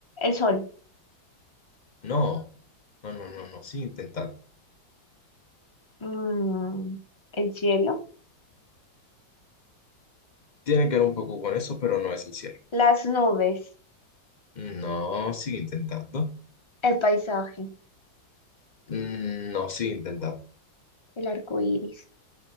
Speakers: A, on the left; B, on the left.
A: El sol,
B: No, no, no, no, no, sigue intentando.
A: mm, el cielo,
B: Tiene que ver un poco con eso, pero no es el cielo.
A: las nubes,
B: No, sigue intentando.
A: el paisaje,
B: Mm, No, sigue intentando.
A: el arco iris.